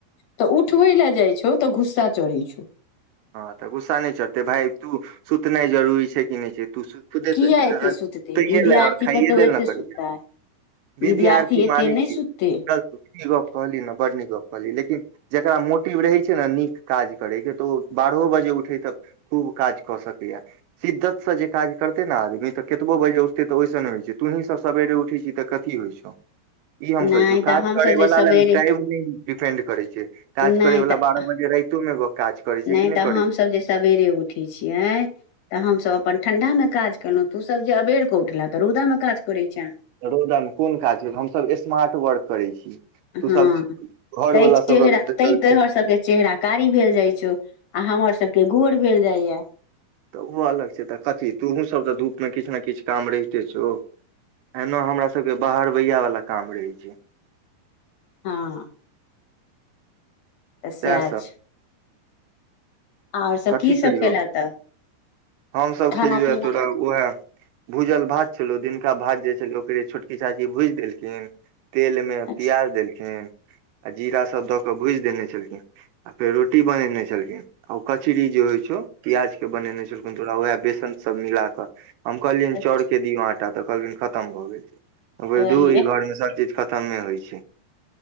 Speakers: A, on the left; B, on the right.
A: तऽ उठबै लाए जाइ छौ तऽ गुस्सा चढै छौ
B: हाँ तऽ गुस्सा नहि चढ़तै भाइ तू सुतनाइ जरूरी छै की नहि छै तू खुदे
A: किया
B: सोचहिं नऽ
A: एते
B: तऽ
A: सुततै
B: सूतै
A: विद्यार्थी
B: लाए आओर खाइ
A: कतौ
B: लाए
A: एते
B: न करै
A: सुततै
B: छै बिधार्थी
A: विद्यार्थी एते
B: माने
A: नहि
B: छी
A: सुततै
B: गलती ई गप्प कहलियै नऽ बड्ड नीक गप्प कहलियै लेकिन जेकरा मोटिव रहै छै नऽ नीक काज करैके तऽ ओ बारहो बजे उठेय तऽ खूब काज कऽ सकैया शिद्दतसँ जे काज करतै ने आदमी तऽ कतबो बजे उठतै तऽ ओहिस नहि होइ छै तूंही सब सवेरे उठै छीहीं तऽ कथि होइ छौ ई हम
A: नहि
B: कहै छीयो
A: तऽ
B: काज
A: हमसभ
B: करै
A: जे
B: वला
A: सवेरे
B: लाए ने टायम नै डिपेंड करै छै काज
A: नहि
B: करैवला
A: तऽ
B: बारह बजे राइतोमे ग- काज करै
A: नहि
B: छै कि
A: तऽ
B: करै छै।
A: हमसभ जे सवेरे उठै छियै तऽ हमसभ अपन ठंडांमे काज केलहुँ तऽ सभ जे अबेर कऽ उठलेंह तऽ रौदामे काज करै छाँ
B: रौदामे कोन काज भेल हमसभ स्मार्ट वर्क करै छी तू
A: हाँ
B: सब घर
A: तै
B: वाला सब
A: चेहरा
B: रह तऽ
A: तै
B: चल ठीक
A: तोहर
B: छै,
A: सबके चेहरा कारी भेल जाइ छो आ हमर सबके गोर भेल जाइ या
B: तऽ ओ अलग छै तऽ कथि तोहूँसभ तऽ धूपमे किछु ने किछु काम रहिते छौ एना हमरा सबके बाहर भैया वला काम रहै छै
A: हाँ तऽ साह
B: सएह
A: छै आओर सब
B: कथि
A: की सब
B: केलियौ
A: खेला तऽ
B: हमसभ
A: खाना
B: खेलियौ
A: पीना
B: या तोरा ओहा भूजल भात छलौं दिनका भात जे छलै ओकरे छोटकी चाची भूजि देलखिन तेलमे
A: अच्छा
B: प्याज देलखिन आ जीरा सभ दऽ कऽ भुजि देने छलखिन आ फेर रोटी बनेने छलखिन ओ कचरी जे होइ छौ प्याज केँ बनेने छलखुन तोरा उहै बेसन सभ मिला कऽ हम कहलियै
A: अच्छा
B: चौर केँ दिऔ आटा तऽ कहलिन खतम भए गेल छै हम
A: तऽ
B: दू ई घर में चीज खतम होइ छै